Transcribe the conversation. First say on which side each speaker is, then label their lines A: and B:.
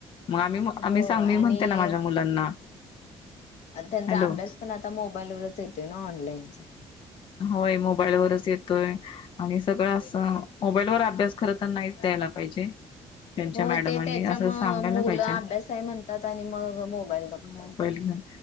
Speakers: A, on the left; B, on the left.
A: मग आम्ही
B: हो
A: आम्ही सांग
B: आणि
A: मी म्हणते ना माझ्या मुलांना
B: त्यांचा
A: हॅलो
B: अभ्यास पण आता मोबाईलवरच येतोय ना ऑनलाईन
A: होय मोबाईलवरच येतोय. <unintelligible> आणि सगळं असं मोबाईल वर अभ्यास खर तर नाहीच द्यायला पाहिजे. त्यांच्या
B: हो
A: मॅडमांनी
B: ते त्याच्या
A: असं
B: म
A: सांगायला
B: मुलं
A: पाहिजे
B: अभ्यास आहे म्हणतात आणि मग मोबाईल बघतात.
A: मोबाईल घेऊन